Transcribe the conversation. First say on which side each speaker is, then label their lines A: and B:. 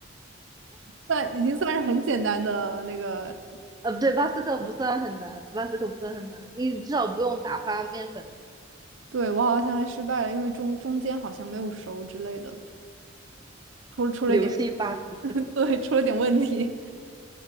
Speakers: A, on the right; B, on the right.
A: 算已经算是很简单的那个。
B: 呃，不对，巴斯克不算很难，巴斯克不算很难，你至少不用打发面粉，
A: 对，我好像还失败了，因为中中间好像没有熟之类的，出出了一点，
B: 流心巴斯克。
A: <laughs> 对，出了点问题